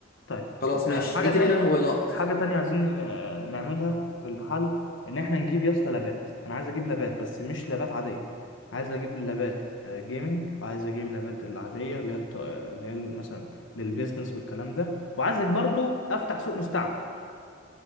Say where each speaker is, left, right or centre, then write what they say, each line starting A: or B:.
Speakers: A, on the left (about 70°); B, on the left (about 50°).
A: طيب
B: خلاص ماشي
A: آه، حاجة
B: ايه
A: تانية
B: تاني غير موبايلات
A: حاجة تانية عايزين آه، نعملها في المحل إن إحنا نجيب يا اسطى لابات أنا عايز أجيب لابات بس مش لابات عادية عايز أجيب اللابات آه، جيمنج وعايز أجيب اللابات العادية اللي هي الط- آه، اللي هي مثلا للبيزنس والكلام ده وعايزك برضو أفتح سوق مستعمل